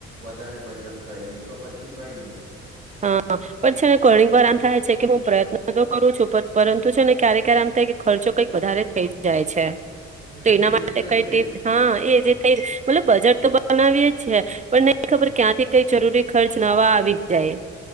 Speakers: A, on the right (about 75°); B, on the right (about 20°).
A: વધારે બચત થઈ નહી તો પછી કઈ નહી.
B: હા, પણ છે ને કોલ્ ડ્રિંક વાર આમ થાય છે કે હું પ્રયત્ન તો કરું છું પરંતુ છે ને ક્યારે ક્યારે આમ થાય કે ખર્ચો કંઈક વધારે થઈ જ જાય છે.
A: હમ
B: તો એના
A: એ
B: માટે
A: બી તો
B: કઈ
A: છે જ
B: હા એ જે થઈ બલે બજેટ તો બનાવીએ જ છે, પણ નહી ખબર ક્યાંથી કઈ જરૂરી ખર્ચ નવા આવી. જાય.